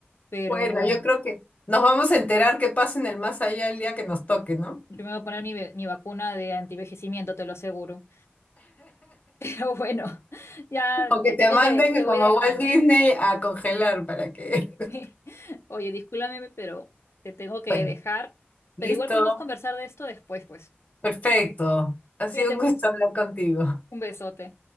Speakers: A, on the left (about 85°); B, on the left (about 40°).
A: Pero
B: Bueno,
A: bueno,
B: yo creo que nos vamos a enterar qué pasa en el más allá el día que nos toque, ¿no?
A: yo me voy a poner mi, ve- mi vacuna de antivejecimiento, te lo aseguro. <laughs> Pero bueno, ya
B: O
A: te
B: que
A: tengo
B: te manden
A: que, te voy
B: como
A: dejando.
B: a Walt Disney
A: <laughs>
B: a congelar para que... <laughs>
A: Sí. Oye, discúlpame, pero te tengo que
B: Bueno,
A: dejar.
B: listo,
A: Pero igual podemos conversar de esto después, pues.
B: perfecto. Ha
A: Cuídate,
B: sido un
A: pues.
B: gusto hablar contigo.
A: Un besote.